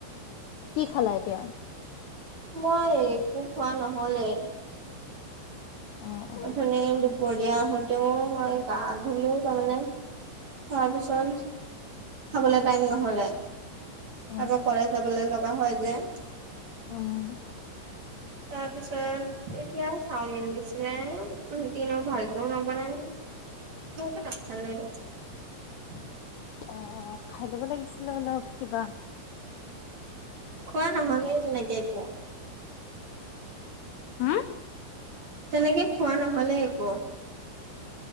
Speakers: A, on the left; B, on the right.
A: কি খালা এতিয়া?
B: মই একো খোৱা নহলেই।
A: অ অ
B: অথনি দুপৰীয়া আহোতেও মই গা ধলো তাৰমানে। তাৰপিছত খাবলৈ টাইম নহলে।
A: অ
B: আকৌ কলে যাবলৈ লগা হয় যে।
A: আহ।
B: তাৰপিছত এতিয়া চাওমিন দিছিলে ৰুটিনো ভালকেও নবননালে। মই টো নাখালোৱে।
A: অ অ খাই ল'ব লাগিছিলে অলপ কিবা।
B: খোৱা নহ'লে তেনেকে একো।
A: হুম?
B: তেনেকে খোৱা নহলে একো।